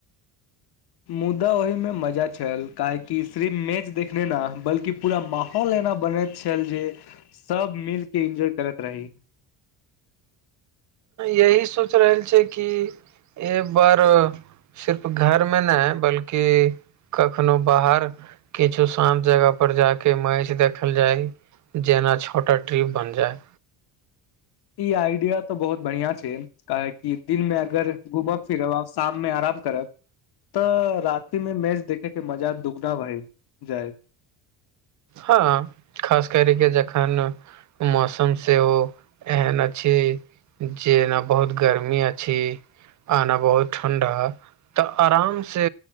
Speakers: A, on the left; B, on the right.
A: मुदा ओहिमे मजा छल काहेकि सिर्फ मैच देखने न बल्कि पूरा माहौल एना बनैत छल जे सब मिलके इन्जॉय करैत रही
B: यही सोच रहल छै कि एक बार सिर्फ घर मे नहि ह बल्कि कखनो बाहर किछु शान्त जगह पर जााक मैच देखल जाइ जेना छोटा ट्रिप बनि जाय
A: ई आइडिया तऽ बहुत बढ़िया छै काह कि दिनमे अगर घुमब फिरब आ शाम मे आराम करब तऽ राति मे मैच देखे के मजा दुगना भय जाय
B: हँ खास कर के जखन मौसम सेहो एहन अछि जेना बहुत गर्मी अछी आ ने बहुत ठंडा तऽ आराम से